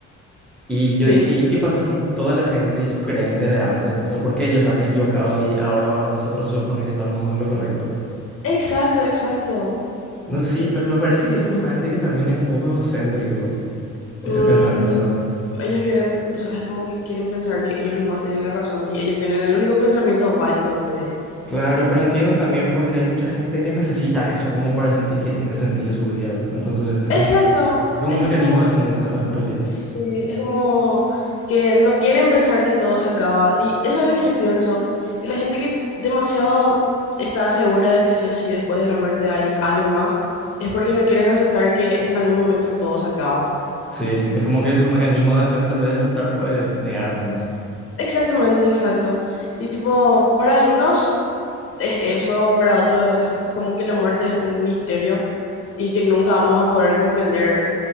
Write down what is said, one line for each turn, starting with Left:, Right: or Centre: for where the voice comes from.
Centre: Y yo
Left: sí,
Centre: dije, ¿y qué pasa con toda la gente y sus creencias de antes? O sea, ¿por qué ellos están equivocados y ahora nosotros se supone que estamos en lo correcto?
Left: exacto, exacto.
Centre: No, sí, me, me parece que justamente que también es un poco egocéntrico ese
Left: Mm,
Centre: pensamiento.
Left: s- ellos quieren, o sea, es como que quieren pensar que ellos nomás tienen la razón y ellos tienen el único pensamiento válido por ahí.
Centre: Claro, pero entiendo también porque hay mucha gente que necesita eso como para sentir que tiene sentido su vida. Entonces, es
Left: Exacto,
Centre: como, es como
Left: es
Centre: un mecanismo
Left: como,
Centre: de defensa re- en realidad.
Left: sí, es como que no quieren pensar que todo se acaba. Y eso es lo que yo pienso, que la gente que demasiado está segura de que sí o sí después de la muerte hay algo más, es porque no quieren aceptar que en algún momento todo se acaba.
Centre: Sí, es como que su mecanismo de defensa en vez de aceptar fue negar nomás.
Left: Exactamente, exacto. Y tipo, para algunos es eso, para otros es la- como que la muerte es un misterio y que nunca vamos a poder comprender